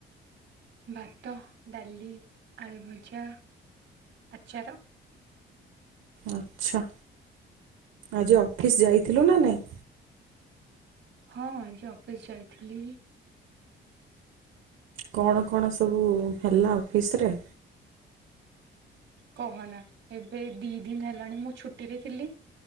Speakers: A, on the right; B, on the right.
A: ଭାତ ଡାଲି ଆଳୁ ଭଜା ଆଚାର।
B: ଆଚ୍ଛା ଆଜି ଅଫିସ୍ ଯାଇଥିଲୁ ନା ନାଇଁ?
A: ହଁ ଆଜି ଅଫିସ୍ ଯାଇଥିଲି।
B: କଣ କଣ ସବୁ ହେଲା ଅଫିସ୍ ରେ?
A: କହନା ଏବେ ଏଇ ଦି ଦିନ ହେଲାଣି ମୁଁ ଛୁଟିରେ ଥିଲି।